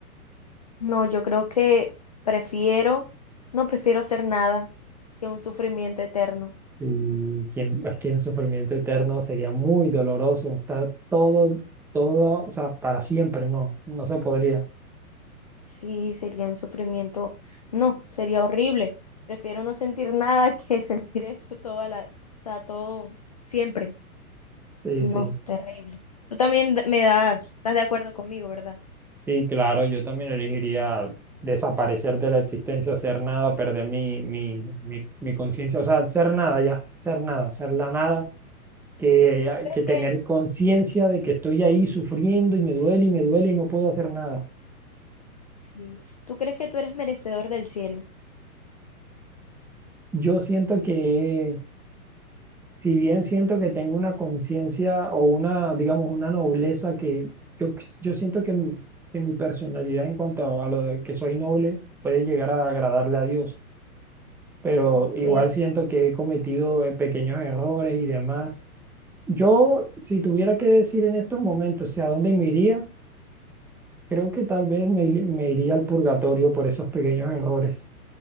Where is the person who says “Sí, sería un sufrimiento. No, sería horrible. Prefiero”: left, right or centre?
Left